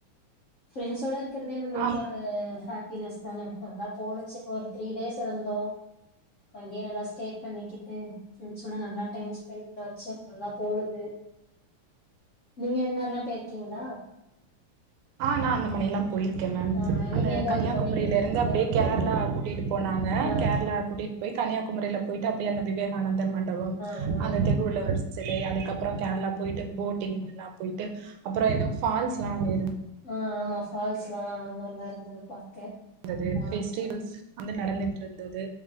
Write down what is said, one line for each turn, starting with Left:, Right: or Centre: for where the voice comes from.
Left: ஃப்ரண்ஸ்வோட இருக் க்கறதே நம்பளுக்கு
Right: ஆ
Left: ஒரு ஹாப்பினஸ் தானே நல்லா போணுச்சு ஒரு த்ரீ டேஸ் இருந்தோ அங்கியே நல்லா ஸ்டே பண்ணிக்கிட்டு ஃப்ரண்ஸ்ஸோட நல்லா டைம் ஸ்பென்டட்டாச்சு நல்லா போனது நீங்க அது மாரியெல்லா போய்யிருக்கிங்ளா
Right: ஆ நா அந்த மானி எல்லா போயிருக்கே மேம்
Left: ஆ நீங்க
Right: அந்த
Left: எந்த
Right: கன்னியாக்
Left: ஊர் போனீங்க
Right: குமரியிலருந்து
Left: கன்னியாகுமரியா
Right: அப்டியே கேரளா கூட்டிட்டு போனாங்க
Left: ஆ
Right: கேரளா கூட்டிட்டு போய் கன்னியாகுமரியில போயிட்டு அப்டியே அந்த விவேகானந்தர் மண்டபம்
Left: ஆ ஆ ஆ
Right: அந்த திருவள்ளூர் செ சிலை அதுக்கப்புறம் கேரளா போயிட்டு போட்டிங் எல்லா போயிட்டு அப்புறம் ஏதவு பால்ஸ் எல்லா அங்த இருந்
Left: ஆ ஆமா ஃபால்ஸ்ல்லா நல்லா இருந்தது பாக்க
Right: தது
Left: ஆ
Right: பெஸ்டிவல்ஸ் வந்து நடந்துட்டு இருந்தது